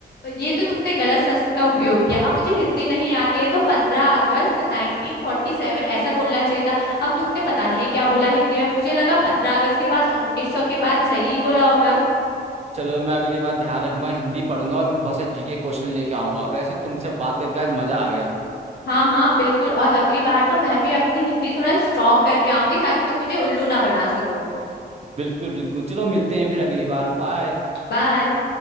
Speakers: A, on the left (about 65°); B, on the right (about 40°).
A: ये तो तुमने गलत शस्त्र का उपयोग किया अब मुझे हिंदी नहीं आती है तो पंद्रह अगस्त नाइनटीन फोर्टी सेवन ऐसा बोलना चाहिए था अब तुमने पता नहीं क्या बोला हिंदी में मुझे लगा पंद्रह अगस्त के बाद उन्नीस सौ के बाद सही बोला होगा
B: चलो मैं अगली बार ध्यान रखूंगा हिंदी पढ़ूंगा और मैं बहुत सारे जीके क्वेश्चन लेके आऊंगा वैसे तुमसे बात करके आज मजा आ गया
A: हाँ हाँ बिल्कुल और अगली बार तो मैं भी अपनी हिंदी थोड़ा स्ट्रांग करके आऊंगी ताकि तुम मुझे उल्लू ना बना सको
B: बिल्कुल बिल्कुल चलो मिलते हैं फिर अगली बार बाय
A: बाय